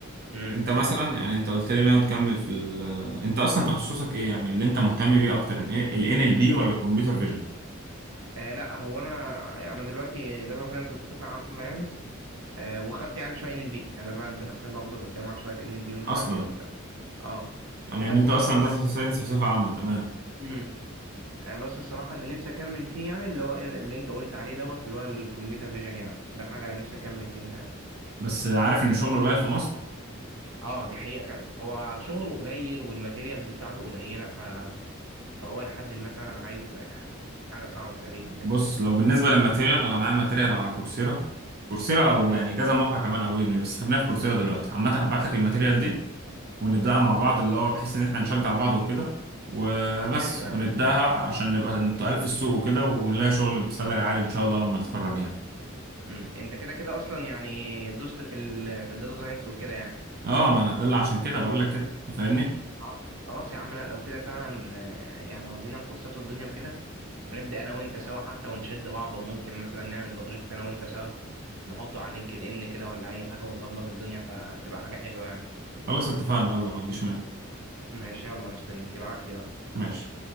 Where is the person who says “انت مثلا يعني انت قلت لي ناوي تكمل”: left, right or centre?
Right